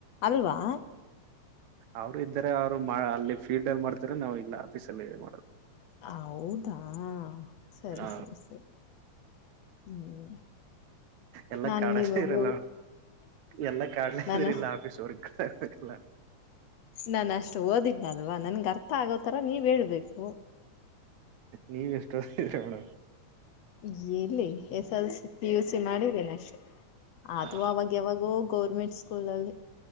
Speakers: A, on the left (about 70°); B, on the right (about 75°).
A: ಅಲ್ವಾ
B: ಅವ್ರು ಇದ್ದಾರೆ ಅವ್ರು ಅಲ್ಲಿ ಫೀಡ್ ಅಲ್ಲಿ ಮಾಡ್ತರ ನಾವು ಇಲ್ಲ ಆಫೀಸ ಅಲ್ಲಿ ಮಾಡದು
A: ಹೌದಾ ಸರಿ
B: ಹ
A: ಸರಿ ಸರಿ ಹ್ಮ್
B: ಎಲ್ಲ
A: ನಾನು
B: ಕಾಡಲ್ಲೇ
A: ನಿಮ
B: ಇರಲ್ಲ
A: ಹ
B: ಎಲ್ಲ ಕಾಡ್ಲ
A: ನಾನು
B: ಇದ್ರಿಲ್ಲ ಆಫೀಸ್ ವರ್ಕ್ ಇರ್ಬೇಕಲ್ಲ
A: ನಾನು ಅಷ್ಟು ಓದಿಲ್ಲಲ್ವಾ ನನ್ಗೆ ಅರ್ಥ ಆಗೋತರ ನೀವ್ ಹೇಳ್ಬೇಕು
B: ನೀವುಎಷ್ಟೊರ ಅವಡ
A: ಜಲಿ S L C P U C ಮಾಡಿದ್ದೇನೆ ಅಷ್ಟು ಅದು
B: ಹ
A: ಅವಾಗ ಯಾವಾಗೋ ಗೌರ್ಮೆಂಟ್ ಸ್ಕೂಲ್ಲಲ ಲ್ಲಿ